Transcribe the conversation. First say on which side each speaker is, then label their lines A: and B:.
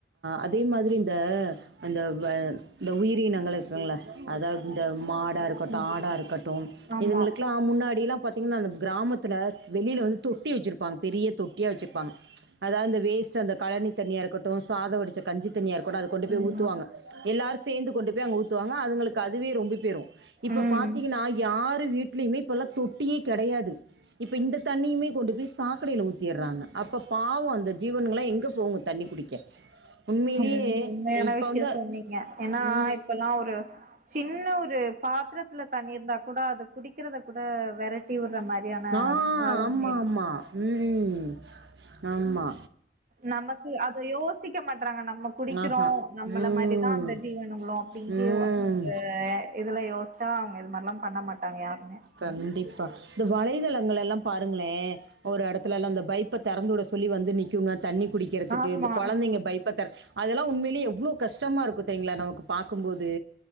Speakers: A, on the right (about 85°); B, on the right (about 45°).
A: அதே மாதிரி இந்த அந்த வ இந்த உயிரினங்கள் இருக்குல அதாவது இந்த மாடா இரு
B: ம்
A: <unintelligible> ஆடா இருக்கட்டும்
B: ஆமா
A: இதுங்களுக்குல்லா முன்னாடியெல்லா பத். பாத்தீங்கன்னா இந்த கிராமத்துல வெளியில வந்து தொட்டி வச்சிருப்பாங்க பெரிய தொட்டியா வச்சிருப்பாங்க அதாவது வேஸ்ட் அந்த கழனி தண்ணியா இருக்கட்டு சாதம் வடிச்ச கஞ்சி தண்ணியா இருக்கட்டு அதுக் கொண்டு போய்
B: ஆமா
A: ஊத்துவாங்க எல்லாரு சேந்து கொண்டு போய் அங்க ஊத்துவாங்க அதுங்களுக்கு அதுவே ரொம்பிபோய்டும் இப்ப
B: ம்
A: பாத்தீங்கன்னா யாரு வீட்டுலையுமே இப்பெல்லாம் தொட்டியே கெடையாது இப்ப இந்த தண்ணியுமே கொண்டு போய் சாக்கடையில ஊத்திடுறாங்க அப்ப பாவம் அந்த ஜீவனுகல்லா எங்க போங்கு தண்ணி குடிக்க உண்மையிலேயே
B: ம் உண்மையான
A: இப்போ
B: விஷயம்
A: வந்து
B: சொன்னிங்க ஏன்னா
A: ம்
B: இப்பல்லா ஒரு சின்ன ஒரு பாத்திரத்துல தண்ணி இருந்தா கூட அத குடிக்கிறத கூட வெரட்டி விடுற மாரியான
A: ஆ
B: காலம்
A: ஆமாம்
B: ஆய்டுச்சு
A: ஆமாம் ம் ஆமா
B: நமக்கு அத யோசிக்க மாட்றாங்க நம்ம குடிக்கிறோ
A: ஆஹா
B: நம்மல
A: ம்
B: மாரிதான் அந்த ஜீவனங்களும் இங்கயு
A: ம்
B: அ இதெலாம் யோசிச்சா அவங்க இது மாரிலாம் பண்ண மாட்டாங்க யாருமே
A: கண்டிப்பா இந்த வலைதளங்கள் எல்லா பாருங்களே ஒரு எடத்துல எல்லா அந்த பைப்ப தெறந்து விட சொல்லி வந்து நிக்குங்க தண்ணி குடிக்கிறதுக்கு
B: ஆமா
A: இந்த கொழந்தைங்க பைப் <inaudible> அதெல்லாம் உண்மையிலயே எவ்ளோ கஷ்டமா இருக்கும் தெரியுங்களா நமக்கு பாக்கும்போது